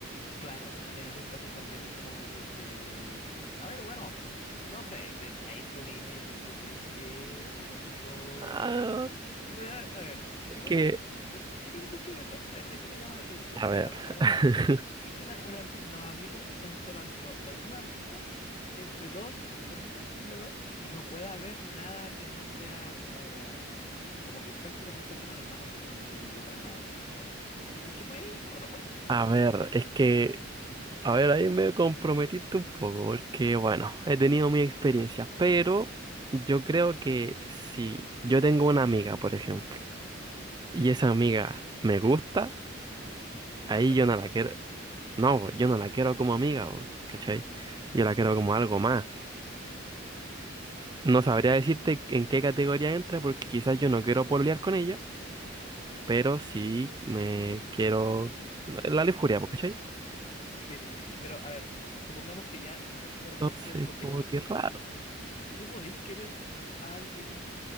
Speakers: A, on the left; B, on the right.
A: Claro, en esos casos también es como decir que, a ver, bueno, no sé, de- ahí tú dime si tú crees que un amigo...
B: Ah,
A: A a ver, ¿qué, bueno
B: que,
A: a ver, ¿qué, qué piensas tú de eso? A ver, eso me llama la atención.
B: a
A: A ver,
B: ver.
A: habla- hablando
B: <laughs>
A: de lujuria, ¿tú crees que una, una- unos amigos son solo... ami- lo- la- una amistad es de dos, por ejemplo, de dos, y no puede haber nada que no sea como, como que prácticamente fueran hermanos de, otra- de, de otra madre, ¿cachai? ¿Tú crees que puede o no puede?
B: A ver, es que A ver, ahí me comprometiste un poco, porque bueno, he tenido mi experiencia, pero yo creo que si yo tengo una amiga, por ejemplo, y esa amiga me gusta,
A: No
B: ahí
A: es tu amiga.
B: yo no la quiero, no, bo, yo no la quiero como amiga, bo, ¿cachai?
A: Ujú,
B: Yo la quiero como algo más. No sabría decirte en qué categoría entra, porque quizás yo no quiero pololear con ella,
A: Ya.
B: pero sí me quiero eh, la lujuria, bo, ¿cachai?
A: Sí, pero a ver, supongamos que ya no necesariamente,
B: Entonces,
A: porque
B: como que raro,
A: tú podís querer a alguien,